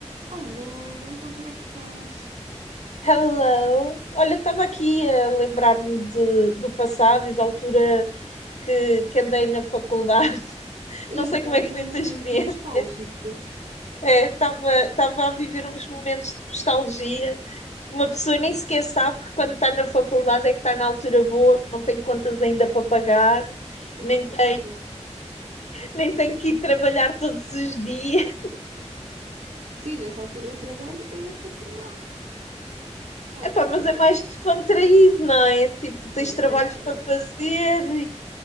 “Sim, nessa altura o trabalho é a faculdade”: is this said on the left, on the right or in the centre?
Right